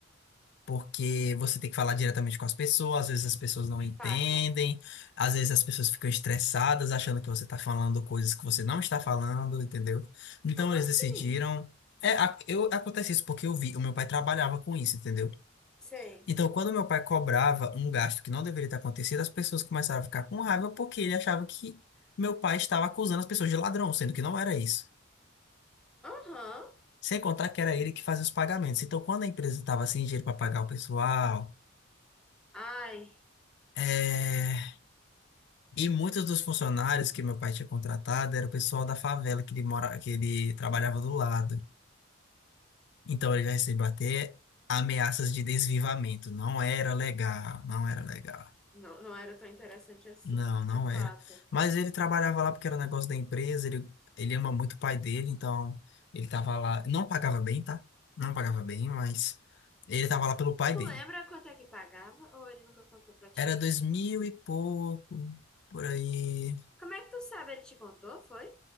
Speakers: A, on the left; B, in the centre.
A: porque você tem que falar diretamente com as pessoas, às vezes as pessoas não
B: De
A: entendem,
B: fato.
A: às vezes as pessoas ficam estressadas achando que você está falando coisas que você não está falando, entendeu? Então
B: Como
A: eles
B: assim?
A: decidiram. É, a- eu, acontece isso porque eu vi, o meu pai trabalhava com isso, entendeu?
B: Sei.
A: Então, quando meu pai cobrava um gasto que não deveria ter acontecido, as pessoas começaram a ficar com raiva porque ele achava que meu pai estava acusando as pessoas de ladrão, sendo que não era isso.
B: Aham.
A: Sem contar que era ele que fazia os pagamentos. Então, quando a empresa estava sem dinheiro para pagar o pessoal,
B: Ai,
A: é, E muitos dos funcionários que meu pai tinha contratado era o pessoal da favela que ele mora, que ele trabalhava do lado. Então ele já recebeu até ameaças de desvivamento. Não era legal, não era legal.
B: não, não era tão interessante assim,
A: Não, não
B: de
A: era.
B: fato.
A: Mas ele trabalhava lá porque era um negócio da empresa, ele, ele ama muito o pai dele, então ele tava lá. Não pagava bem, tá? Não pagava bem, mas ele tava lá pelo pai
B: Tu
A: dele.
B: lembra quanto é que pagava ou ele nunca contou pra ti?
A: Era dois mil e pouco, por aí.
B: Como é que tu sabe? Ele te contou, foi?